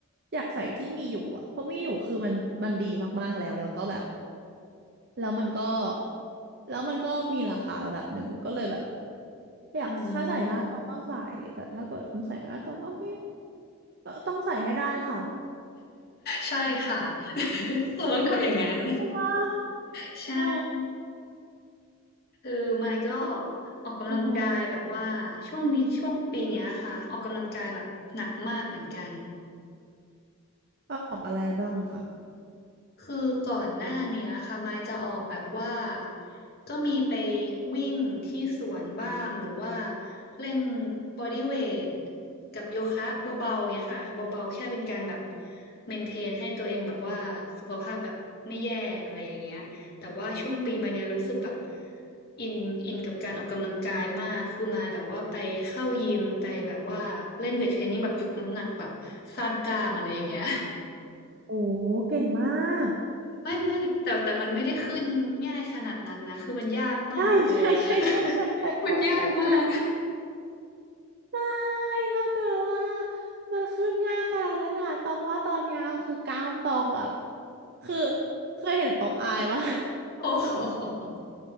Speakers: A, on the right; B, on the left.
A: อยากใส่ที่มีอยู่อ่ะเพราะมีอยู่คือมันมันดีมากๆแล้วแล้วก็แบบแล้วมันก็แล้วมันก็มีราคาระดับหนึ่งก็เลยแบบอยากถ้าใส่ได้ต้องก็ใส่แต่ถ้าเกิดมันใส่ไม่ได้ต้องก็ไม่
B: อืม
A: ตต้องใส่ให้ได้ค่ะ
B: ใช่ค่ะ <laughs> เราต้องทำอย่างนั้น
A: <laughs> ใช่ปะ
B: ใช่
A: อ๋อ
B: คือไมค์ก็
A: อ่ะ
B: ออกกำลังกายแบบว่าช่วงนี้ช่วงปีเนี้ยค่ะออกกำลังกายแบบหนักมากเหมือนกัน
A: อ๋อฮะออกอะไรบ้างอะค่ะ
B: คือก่อนหน้าเนี้ยค่ะมายจะออกแบบว่าก็มีไปวิ่งที่สวนบ้างหรือว่าเล่นบอดี้เวทกับโยคะเบาๆเนี้ยค่ะเบาๆแค่เป็นการแบบเมนเทนให้ตัวเองแบบว่าสุขภาพแบบไม่แย่อะไรอย่างเงี้ยแต่ว่าช่วงปีมาเนี้ยรู้สึกแบบ
A: อืม
B: อินอินกับการออกกำลังกายมากคือมายแบบว่าไปเข้ายิมไปแบบว่าเล่นเวทเทรนนิ่งแบบยกน้ำหนักแบบสร้างกล้ามอะไรอย่างเงี้ย
A: โอ้เก่งมาก
B: ไม่ไม่แต่แต่มันไม่ได้ขึ้นง่ายขนาดนั้นนะคือมันยากมากเลย
A: ใช่ใช่ใช่ใช่ใช่ใช่ใช่ใช่ใช่
B: <laughs> มันยากมาก
A: ใช่ถ้าเกิดว่ามันขึ้นง่ายขนาดนั้นน่ะตองว่าตอนเนี้ยคือกล้ามตองแบบคือเคยเห็นป๊อปอายปะ
B: <laughs> โอ้โห